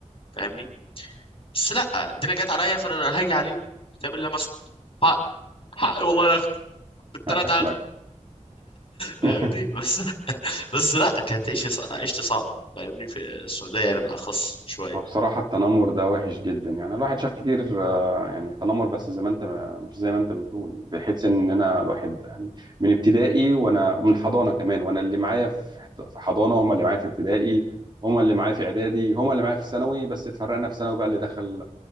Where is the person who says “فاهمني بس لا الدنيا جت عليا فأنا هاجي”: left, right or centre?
Left